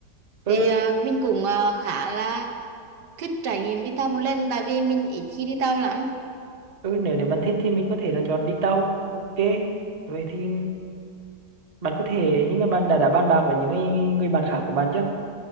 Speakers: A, on the right (about 30°); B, on the right (about 70°).
A: ừ
B: thì ờ, mình cũng ờ, khá là thích trải nghiệm đi tàu một lần tại vì mình ít khi đi tàu lắm
A: ừ nếu nếu bạn thích thì mình có thể là chọn đi tàu ok vậy thì bạn có thể nhưng mà bạn đã đã bàn bạc với những người người bạn khác của bạn chưa